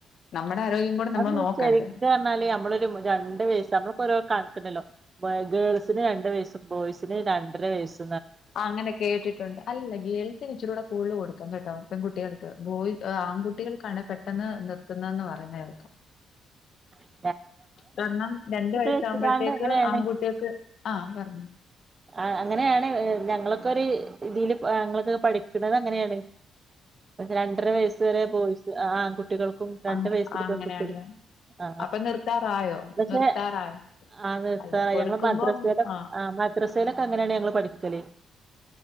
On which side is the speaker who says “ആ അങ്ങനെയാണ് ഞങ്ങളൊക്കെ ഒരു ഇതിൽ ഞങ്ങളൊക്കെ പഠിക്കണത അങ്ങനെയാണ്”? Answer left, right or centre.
Right